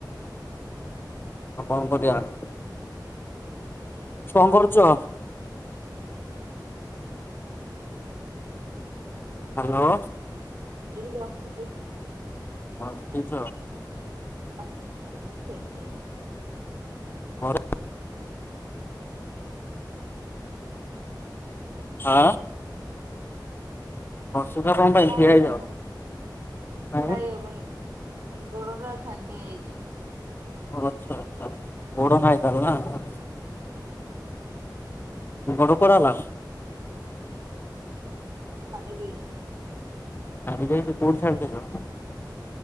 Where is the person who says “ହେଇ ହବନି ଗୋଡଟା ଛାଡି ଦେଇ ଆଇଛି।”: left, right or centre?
Right